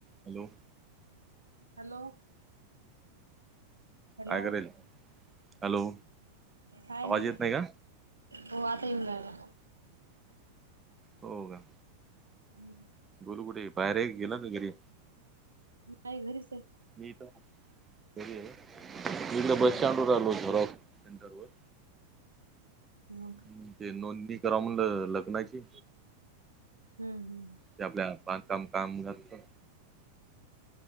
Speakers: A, on the right; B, on the right.
A: Hello.
B: Hello. Hello
A: काय करायली? Hello.
B: काय
A: आवाज
B: नाय
A: येत नाही का
B: हो आता येऊन रायला.
A: हो गा?
B: हम्म.
A: गोलू कुठेय बाहेर आहे की गेला तो घरी?
B: नाय घरीच आहे.
A: निता घरी आहे ना मी इकडं
B: हम्म
A: बसस्टॅंडवर आलोय थोडा. सेंटरवर
B: हो
A: हम्म,
B: का?
A: ते नोंदणी करावं म्हणलं लग्नाची.
B: हम्म हम्म.
A: ते आपल्या बांधकाम कामगाराचं